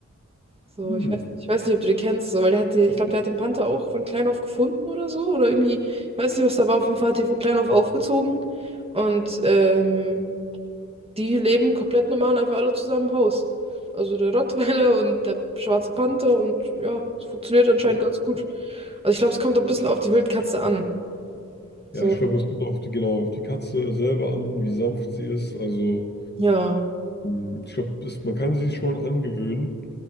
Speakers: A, on the right; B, on the left.
A: So,
B: Hm.
A: ich weiß, ich weiß nicht, ob du die kennst, so, weil der hatte, ich glaube, der hat den Panther auch von klein auf gefunden oder so. Oder irgendwie, ich weiß nicht, was da war. Auf jeden Fall hat die von klein auf aufgezogen. Und ähm, die leben komplett normal, einfach alle zusammen im Haus. Also der Rottweiler und der schwarze Panther und ja, es funktioniert anscheinend
B: Ja,
A: ganz gut. Also ich glaube, es kommt ein bisschen auf die Wildkatze an. So,
B: Ja, ich glaube, es kommt auf die, genau auf die Katze selber an, wie sanft sie ist. Also.
A: ja,
B: Hm, Ich glaube, man kann sich schon angewöhnen.